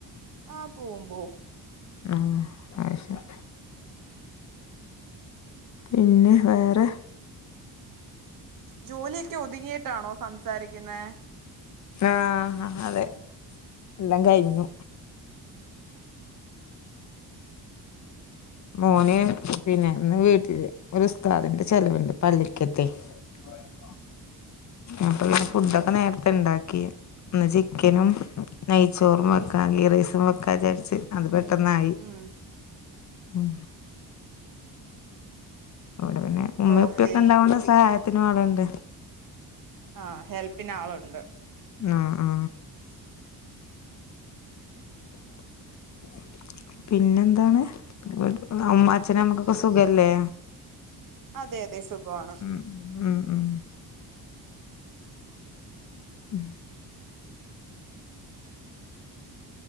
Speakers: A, on the right; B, on the left.
A: ആ പോവും പോവും
B: ആ അത് ശരി പിന്നെ വേറെ
A: ജോലിയൊക്കെ ഒതുങ്ങിട്ടാണോ സംസാരിക്കുന്നേ?
B: ആന് അതെ എല്ലാം കയിഞ്ഞു മോന് പിന്നെന്ന് വീട്ടില് ഒരുസ്താദിന്റെ ചെലവുണ്ട് പള്ളിക്കത്തെ ആ ആപ്പൊ ഫുഡൊക്കെ നേരത്തെ ഇണ്ടാക്കി ഇന്ന് ചിക്കനും നെയ്ച്ചോറും വെക്കാ ഗീറൈസും വെക്കാന്നിജാരിച്ച് അത് പെട്ടെന്ന് ആയി
A: ഉം
B: ഉം ഇവിടെ പിന്നെ ഉമ്മയും
A: ഓക്കെ
B: ഉപ്പയൊക്കെ ഉണ്ടാവണെ സഹായ ത്തിനും ആളുണ്ട്
A: ആ ഹെൽപ്പിനാളുണ്ട്
B: ആഹ് ആ
A: <inaudible>
B: <inaudible> പിന്നെന്താണ് അമ്മ അച്ഛനെമ്മക്കൊക്കെ സുഖല്ലേ
A: അതെ അതെ സുഖവാണ്
B: ഉം ഉം ഉം ഉം